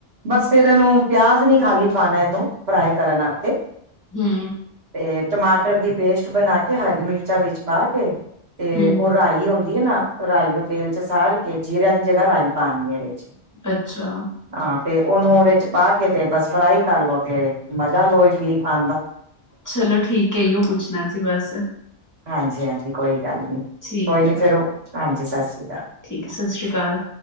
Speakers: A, on the right; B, on the left.
A: ਬਸ ਫੇਰ ਏਨੂੰ ਪੇਆਜ ਨੀ ਖਾਲੀ ਪਾਣਾ ਏਨੂੰ ਫਰਾਈ ਕਰਨ ਆਸਤੇ।
B: ਹੂੰ।
A: ਤੇ ਟਮਾਟਰ ਦੀ ਪੇਸਟ ਬਨਾ ਕੇ ਹਰੀ ਮਿਰਚ ਚਾ ਵਿੱਚ ਪਾ ਕੇ ਤੇ
B: ਹਮ
A: ਓ ਰਾਈ ਹੁੰਦੀ ਏ ਨਾ ਰਾਈ ਨੂੰ ਤੇਲ ਚ ਸਾੜ ਕੇ ਜੀਰੇ ਦੀ ਜਗਾ ਰਾਈ ਪਾਨੀ ਏਰੇ ਚ।
B: ਅੱਛਾ।
A: ਆ ਤੇ ਓਨੂੰ ਓਰੇ ਚ ਪਾ ਕੇ ਤੇ ਬਸ ਫਰਾਈ ਕਰ ਲੋ ਤੇ ਮਜਾ ਲੋ ਇਟਲੀ ਖਾਨ ਦਾ।
B: ਚਲੋ ਠੀਕ ਏ। ਅਈ ਓ ਪੁੱਛਨਾ ਸੀ ਬਸ।
A: ਹਾਂਜੀ ਹਾਂਜੀ। ਕੋਈ ਗੱਲ ਨੀ।
B: ਠੀਕ
A: ਕੋਈ ਨੀ
B: ਹੈ
A: ਫੇਰ ਓ ਹਾਂਜੀ। ਸਤਿ ਸ਼੍ਰੀ ਅਕਾਲ।
B: ਠੀਕ। ਸਤਿ ਸ਼੍ਰੀ ਅਕਾਲ।